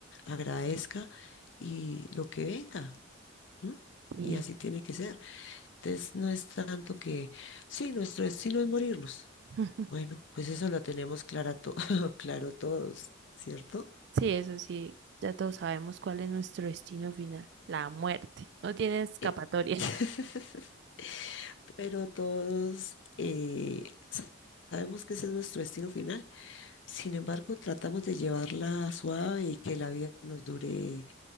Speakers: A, on the left; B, on the right.
A: agradezca y lo que venga, ¿m?
B: Y
A: Y así tiene que ser. Entonces, no es tanto que, sí, nuestro destino es morirnos.
B: mm, <laughs>
A: Bueno, pues eso lo tenemos clara to- <laughs> claro todos, ¿cierto?
B: sí, eso sí, ya todos sabemos cuál es nuestro destino final, la muerte. No tiene escapatoria.
A: Eh,
B: <laughs>
A: <laughs> Pero todos eh, sabemos que ese es nuestro destino final. Sin embargo, tratamos de llevarla suave y que la vida nos dure